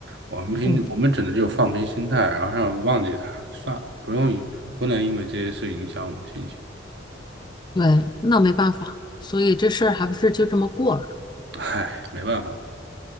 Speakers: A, on the right; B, on the left.
A: 我们平我们只能就放平心态，
B: 嗯，
A: 然后让忘记他，算了，不用因不能因为这些事影响我们心情。
B: 对，那没办法，所以这事儿还不是就这么过了。
A: 唉，没办法嘛。